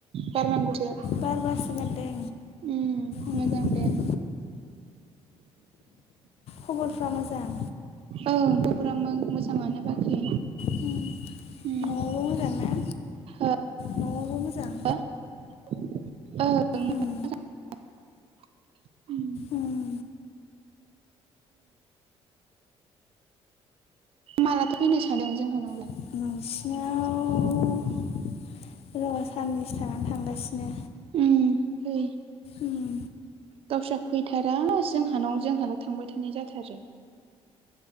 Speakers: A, on the right; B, on the left.
A: बारनां गौसो
B: बार बारसो गारदों
A: उ
B: उम
A: मोजां दे।
B: खबरफ्रा मोजां।
A: औ खबरा मो-मोजाङानो बाखि।
B: उम
A: उ
B: न'आवबो मोजां ना
A: ओ
B: न'आवबो मोजां
A: <inaudible>
B: उम
A: उ
B: उम
A: मालाथो फैनो सानदों जोंहानावलाय?
B: नोंसिनाव र' साननैसो थानानै थांगासिनो।
A: उम फै
B: उम
A: दाउ जा फैथारा जोंहानाव जोंहाल' थांबाय थानाय जाथारो।